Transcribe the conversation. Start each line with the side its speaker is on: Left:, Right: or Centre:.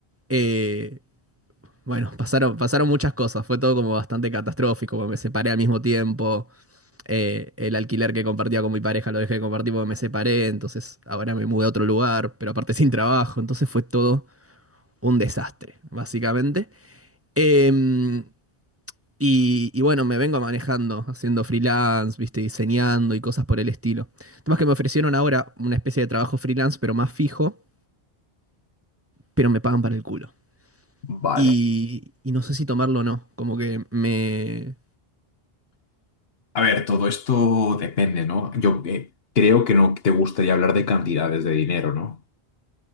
Right: Eh, bueno, pasaron, pasaron muchas cosas, fue todo como bastante catastrófico, porque me separé al mismo tiempo. Eh, el alquiler que compartía con mi pareja lo dejé de compartir porque me separé, entonces ahora me mudé a otro lugar, pero aparte sin trabajo, entonces fue todo un desastre, básicamente. Em, Y, y bueno, me vengo manejando, haciendo freelance, viste, diseñando y cosas por el estilo. El tema es que me ofrecieron ahora una especie de trabajo freelance, pero más fijo, pero me pagan para el culo.
Left: Vale.
Right: Y, y no sé si tomarlo o no, como que me...
Left: A ver, todo esto depende, ¿no? Yo eh, creo que no te gustaría hablar de cantidades de dinero, ¿no?